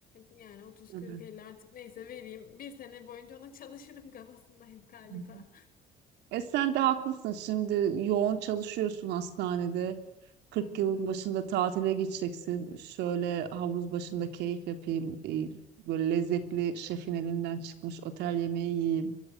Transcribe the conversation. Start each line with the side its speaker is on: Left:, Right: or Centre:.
Left: Yani 30-40-50
Right: tabii.
Left: artık neyse vereyim. Bir sene boyunca ona <laughs> çalışırım kafasındayım galiba.
Right: Hı. E sen de haklısın. Şimdi yoğun çalışıyorsun hastanede. Kırk
Left: Hı hı.
Right: yılın başında tatile gideceksin. Şöyle havuz başında keyif yapayım. e, Böyle lezzetli şefin elinden çıkmış otel yemeği yiyeyim.